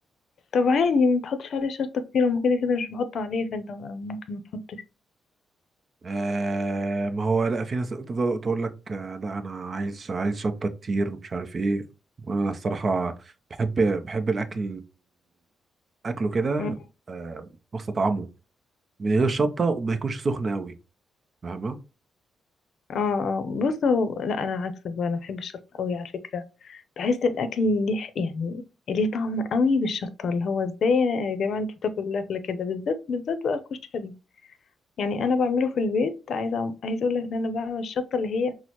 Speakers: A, on the left; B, on the right.
A: طب عادي ما تحطش عليه شطة كتير وما كده كده مش بحطه عليه فانت ممكن ما تحطش
B: آه ما هو لا في ناس تفضل تقول لك آه لا انا عايز عايز شطه كتير ومش عارف ايه وانا الصراحه بحب بحب الاكل اكله كده
A: مم.
B: آه واستطعمه من غير شطه وما يكونش سخن قوي فاهمه
A: اه اه بص هو لا انا عكسك بقى انا بحب الشطة قوي على فكرة بحس الاكل ليه يعني ليه طعم قوي بالشطة اللي هو ازاي يا جماعة انتوا بتاكلوا الاكل كده بالذات بالذات بقى الكشري يعني انا بعمله في البيت عايزه عايزه اقول لك ان انا بعمل الشطه اللي هي